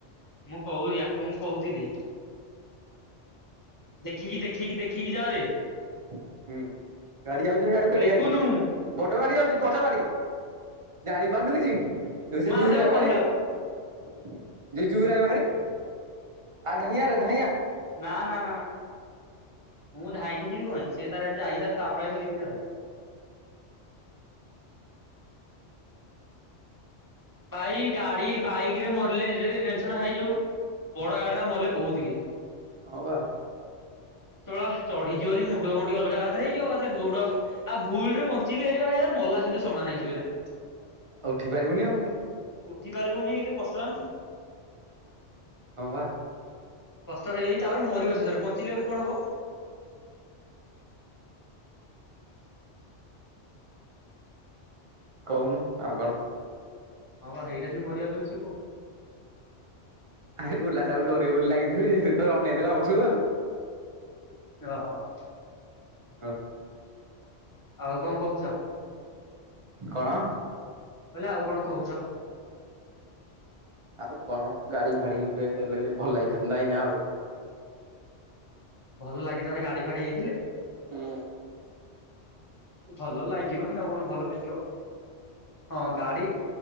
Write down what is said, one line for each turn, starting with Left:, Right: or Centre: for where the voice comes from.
Left: ମୁଁ କହୁ ୟାକୁ ମୁଁ କହୁଥିଲି। ଦେଖିକି ଦେଖିକି ଦେଖିକି ଯାଅରେ
Right: ହୁଁ ଗାଡି ଯାଉଛି ସିଆଡୁ କେଡେ
Left: ଲିକୁନୁ।
Right: ଗାଡି ବଡ ଗାଡି ଆଉଚି ବଡ ଗାଡି ଜାଣିପାରୁନୁ କିଛି। <unintelligible>
Left: ମାରିଦବ କନୁଳାକୁ
Right: ଯୁଜୁୁରା <unintelligible> ଭାରି ଆ ଧାଇଁ ଆରେ ଧାଇଁଆ।
Left: ନା ନା ନା ନା ମୁଁ ଧାଇଁକି ଯିବି କଁ ପାଇଁ ସିଏ ତାର ଏଠୁ ଯାଇସାରୁ ତାପରେ ଭାଇ ମୁଁ ଯିବିରେ ଭାଇ। ଭାଇ ଗାଡି ବାଇକିରେ ମରଲେ ସେ ଯୋଉ ଟେନସନ ଭାଇ ଯୋଉ। ବଡ ଗାଡିରେ ମଲେ ବୋହୁତ ଇଏ।
Right: ହଁ ବା।
Left: !!!!!!!!!! ଚଢିଯିବ ଯଦି ମୁଣ୍ଡ ଗଣ୍ଡି ଅଲଗା ଏକାଥରେ ହେଇଯିବ ଏକାଥରେ ଗୁଡ ଆଉ ଭୁଲରେ ବଞ୍ଚିଲେ ଭାଇ ଏ ମଲା ସହିତ ସମାନ ହେଇଯିବରେ।
Right: ଆଉ ଉଠି ପାରିବୁନି ଆଉ।
Left: ଉଠି ପାରିବୁନି କେତେ କଷ୍ଟ ଜାଣିଚୁ।
Right: ହଁ ବା।
Left: କଷ୍ଟ ହେଇ ହେଇ ତାପରେ ମରିବ ଶେଷରେ ବଞ୍ଚିଲେ ବି କଁ ହବ।
Right: କହୁନୁ ଆଉ କଣ।
Left: ହଁ ବା ହେଇଟା ଇନ୍ତି ମରିଯାଉଛନ୍ତି ସବୁ ଆଉ।
Right: ଆରେ ଓଲାଟାକୁ ଡେରେଇବି ବୋଲି ଲାଗିଥିଲି ଯେ ସିଏ ତ ଅନେଇ ଦେଲା ପଛୁକୁ ଆଉ।
Left: ଅ ହ।
Right: ଆଉ
Left: ଆଉ କଁ କହୁଚ?
Right: କଣ?
Left: ବୋଇଲେ ଆଉ କଣ କହୁଚ?
Right: ଆଉ କଁ ଗାଡି ଫାଡି ଗୋଟେ ହେଲେ ଭଲ ଲାଗିଥାନ୍ତା ଏଇନା ଆଉ।
Left: ଭଲ ଲାଗିଥାନ୍ତା ଗାଡି ଫାଡି ହେଇଥିଲେ।
Right: ହୁଁ
Left: ଭଲ ଲାଗିବନି ଆଉ କଣ ଭଲ ଲାଗିବ ହଁ ଗାଡି